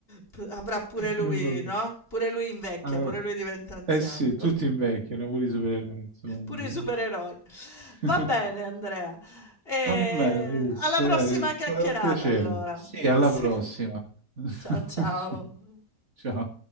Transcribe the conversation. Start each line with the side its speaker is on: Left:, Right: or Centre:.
Left: p avrà pure lui,
Right: E vabbè.
Left: no, pure lui invecchia,
Right: Ah,
Left: pure lui diventa anziano.
Right: eh sì, tutti invecchiano, pure i supereroi, insomma.
Left: Pure i supereroi. Va
Right: <laughs>
Left: bene, Andrea. E
Right: Va bene, Maurizio,
Left: alla prossima
Right: dai, è
Left: chiacchierata,
Right: stato un piacere.
Left: allora.
Right: Sì,
Left: <laughs>
Right: alla
Left: Sì.
Right: prossima. <laughs>
Left: Ciao ciao.
Right: Ciao.